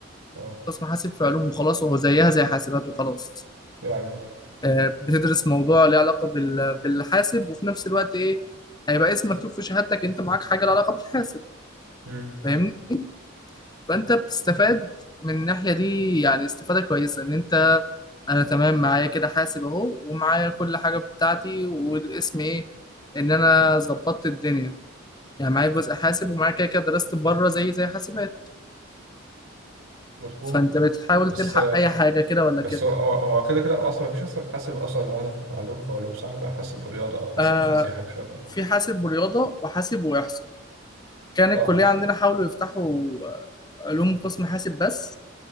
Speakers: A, on the right (about 85°); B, on the left (about 20°).
A: اه
B: قسم حاسب في علوم وخلاص وهو زيها زي حاسبات وخلاص
A: يعني
B: آه، بتدرس موضوع ليه علاقة بال- بالحاسب وفي نفس الوقت ايه هيبقى اسم مكتوب في شهادتك انت معاك حاجة لها علاقة بالحاسب
A: امم
B: فاهمني فانت بتستفاد من الناحية دي يعني استفادة كويسة ان انت انا تمام معايا كده حاسب اهو ومعايا كل حاجة بتاعتي والاسم ايه ان انا ظبطت الدنيا يعني معايا جزء حاسب ومعايا كده كده درست بره زي زي حاسبات
A: مظبوط
B: فانت بتحاول
A: بس
B: تلحق اي حاجه كده ولا
A: بس
B: كده
A: هو هو هو كده كده اصلا ما فيش اصلا حاسب اصلا لوحده في- عندكم في علوم صح بيبقى حاسب ورياضه او حاسب
B: آه
A: وفيزياء حاجه شبه كده
B: في حاسب ورياضه وحاسب واحصاء كان
A: اه
B: الكليه عندنا حاولوا يفتحوا آه، علوم قسم حاسب بس